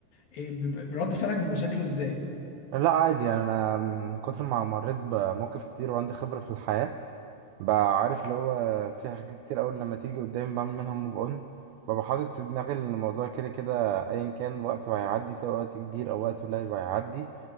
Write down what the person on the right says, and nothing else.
لا عادي يعني أنا من كتر ما مريت بمواقف كتير وعندي خبرة في الحياة بقى عارف اللي هو في حاجات كتير أوي لما تيجي قدامي بعمل منها موف أون ببقى حاطط في دماغي إن الموضوع كده كده أيا كان وقته هيعدي سواء وقت كبير أو وقت قليل هيعدي